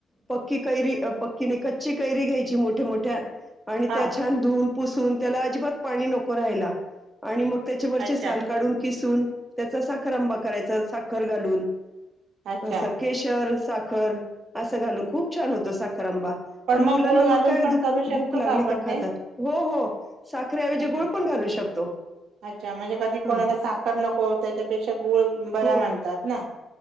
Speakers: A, in the centre; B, on the right (about 75°).
A: पक्की कैरी पक्कीने कच्ची कैरी घ्यायची मोठ्या, मोठ्या आणि
B: हा
A: त्या छान धुऊन पुसून त्याला अजिबात पाणी नको रायला आणि मग त्याच्यावररचे
B: अच्छा
A: साल काढून किसून त्याचा साखर आंबा करायचा साखर घालून
B: अच्छा
A: तंस केशर, साखर असं घालून खूप छान होतो साखरांंबा
B: पण
A: आणि मुलांना
B: गुळ
A: मग
B: घालून
A: काय
B: पण करू शकतो
A: भूक लागली
B: आपण
A: का खातात
B: ते
A: हो, हो साखरऐजी
B: अच्छा
A: गुळ पण घालू शकतो
B: अच्छा म्हणजे कधी
A: हा
B: कोणाला साखर नको होता याच्यापेक्षा गुळ बरा
A: हो
B: म्हणतात ना